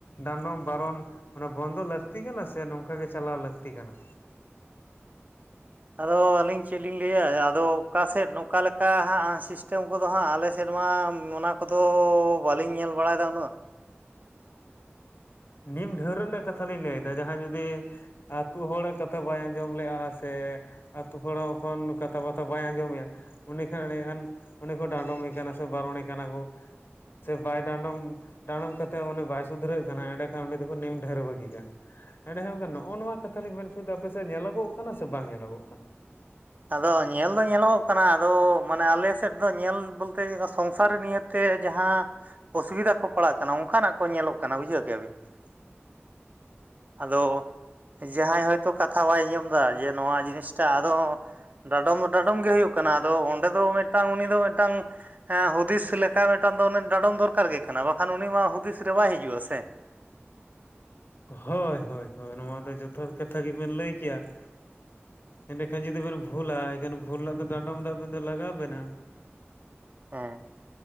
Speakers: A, on the left; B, on the right.
A: ᱰᱟᱱᱰᱚᱢ, ᱵᱟᱨᱚᱱ ᱚᱱᱟ ᱵᱚᱱᱫᱚ ᱞᱟᱹ ᱞᱟᱹᱠᱛᱤ ᱠᱟᱱᱟ ᱥᱮ ᱱᱚᱝᱠᱟ ᱜᱮ ᱪᱟᱞᱟᱣ ᱞᱟᱹᱠᱛᱤ ᱠᱟᱱᱟ?
B: ᱟᱫᱚ ᱟᱹᱞᱤᱧ ᱪᱮᱫ ᱞᱤᱧ ᱞᱟᱹᱭᱟ ᱟᱫᱚ ᱚᱠᱟ ᱥᱮᱫ ᱱᱚᱠᱟ ᱞᱮᱠᱟ ᱦᱟᱸᱜ ᱥᱤᱥᱴᱮᱢ ᱠᱚᱫᱚ ᱦᱟᱸᱜ ᱟᱞᱮ ᱟᱞᱮ ᱥᱮᱫ ᱢᱟ ᱚᱱᱟ ᱠᱚᱫᱚ ᱵᱟᱟᱹᱞᱤᱧ ᱧᱮᱞ ᱵᱟᱲᱟᱭᱮᱫᱟ ᱩᱱᱟᱹᱜ
A: ᱱᱤᱢ ᱰᱷᱟᱹᱣᱨᱟᱹᱜ ᱨᱮᱱᱟᱜ ᱠᱟᱛᱷᱟ ᱞᱤᱧ ᱞᱟᱹᱭᱮᱫᱟ ᱡᱟᱦᱟᱸᱭ ᱡᱩᱫᱤ ᱟᱹᱛᱩ ᱦᱚᱲᱟᱜ ᱠᱟᱛᱷᱟ ᱵᱟᱭ ᱟᱸᱡᱚᱢ ᱞᱮᱼᱟ ᱥᱮ ᱟᱹᱛᱩ ᱦᱚᱲ ᱦᱚᱸ ᱮᱠᱷᱚᱱ ᱠᱟᱛᱷᱟ ᱵᱟᱛᱟ ᱵᱟᱭ ᱟᱸᱡᱚᱢᱮ-ᱟ ᱩᱱᱤ ᱠᱷ ᱮᱸᱰᱮᱠᱷᱟᱱ ᱩᱱᱤ ᱠᱚ ᱰᱟᱸᱰᱚᱢᱮ ᱠᱟᱱᱟ ᱥᱮ ᱵᱟᱨᱚᱱᱮ ᱠᱟᱱᱟ ᱠᱚ ᱾ ᱥᱮ ᱵᱟᱭ ᱰᱟᱸᱰᱚᱢ, ᱰᱟᱸᱰᱚᱢ ᱠᱟᱛᱮᱫ ᱩᱱᱤᱮ ᱵᱟᱭ ᱥᱩᱫᱷᱨᱟᱹᱜ ᱠᱟᱱᱟ ᱮᱸᱰᱮ ᱠᱷᱟᱱ ᱩᱱᱤ ᱫᱚᱠᱚ ᱱᱤᱢ ᱰᱷᱟᱹᱨᱣᱟᱹ ᱜᱮ ᱠᱟᱱᱟ ᱾ ᱮᱸᱰᱮ ᱠᱷᱟᱱ ᱜᱚᱝᱠᱮ ᱱᱚᱜᱼᱚ ᱱᱚᱣᱟ ᱠᱟᱛᱷᱟ ᱞᱤᱧ ᱢᱮᱱ ᱦᱚᱪᱚᱭᱣᱮᱫᱟ ᱾ ᱟᱯᱮ ᱥᱮᱫ ᱧᱮᱞᱚᱜᱚᱜ ᱠᱟᱱᱟ ᱥᱮ ᱵᱟᱝ ᱧᱮᱞᱚᱜᱚᱜ ᱠᱟᱱᱟ?
B: ᱟᱫᱚ ᱧᱮᱞ ᱫᱚ ᱧᱮᱞᱚᱜᱚᱜ ᱠᱟᱱᱟ ᱟᱫᱚ ᱢᱟᱱᱮ ᱟᱞᱮ ᱥᱮᱫ ᱫᱚ ᱧᱮᱞ ᱵᱚᱞᱛᱮ ᱥᱚᱝᱥᱟᱨᱤ ᱱᱤᱭᱟᱹ ᱛᱮ ᱡᱟᱦᱟᱸ ᱚᱥᱩᱵᱤᱫᱷᱟ ᱠᱚ ᱯᱟᱲᱟᱜ ᱠᱟᱱᱟ ᱚᱱᱠᱟᱱᱟᱜ ᱠᱚ ᱧᱮᱞᱚᱜ ᱠᱟᱱᱟ ᱵᱩᱡᱷᱟᱹᱣ ᱠᱮᱫ-ᱟ ᱵᱤᱱ ᱾
A: <inaudible>
B: ᱟᱫᱚ ᱡᱟᱦᱟᱸᱭ ᱦᱚᱭᱛᱚ ᱠᱟᱛᱷᱟ ᱵᱟᱭ ᱟᱸᱡᱚᱢ ᱮᱫᱟ ᱡᱮ ᱱᱚᱣᱟ ᱡᱤᱱᱤᱥᱴᱟ ᱟᱫᱚ ᱰᱟᱰᱚᱢ ᱫᱚ ᱰᱟᱰᱚᱢ ᱜᱮ ᱦᱩᱭᱩᱜ ᱠᱟᱱᱟ ᱟᱫᱚ ᱚᱸᱰᱮ ᱫᱚ ᱢᱤᱫᱴᱟᱝ ᱩᱱᱤ ᱫᱚ ᱢᱤᱫᱴᱟᱝ ᱦᱮᱸ ᱦᱩᱫᱤᱥ ᱞᱮᱠᱟ ᱢᱤᱫᱴᱟᱝ ᱫᱚ ᱰᱟᱸᱰᱚᱢ ᱫᱚᱨᱠᱟᱨ ᱜᱮ ᱠᱟᱱᱟ ᱵᱟᱠᱷᱟᱱ ᱩᱱᱤ ᱢᱟ ᱦᱩᱫᱤᱥ ᱨᱮ ᱵᱟᱭ ᱦᱤᱡᱩᱜᱼᱟ ᱥᱮ ᱾
A: ᱦᱚᱭ ᱦᱟᱭ ᱦᱚᱭ ᱱᱚᱣᱟ ᱫᱚ ᱡᱚᱛᱷᱟᱛ ᱠᱟᱛᱷᱟ ᱜᱮ ᱵᱤᱱ ᱞᱟᱹᱭ ᱠᱮᱫ-ᱟ ᱾ ᱮᱸᱰᱮᱠᱷᱟᱱ ᱡᱩᱫᱤ ᱵᱮᱱ ᱵᱷᱩᱞᱟ ᱮᱱᱠᱷᱟᱱ ᱵᱷᱩᱞ ᱨᱮᱱᱟᱜ ᱫᱚ ᱰᱟᱸᱰᱚᱢ ᱫᱚ ᱟᱵᱤᱱ ᱫᱚ ᱞᱟᱜᱟᱣ ᱵᱮᱱᱟ ᱾ <inaudible>
B: ᱦᱮᱸ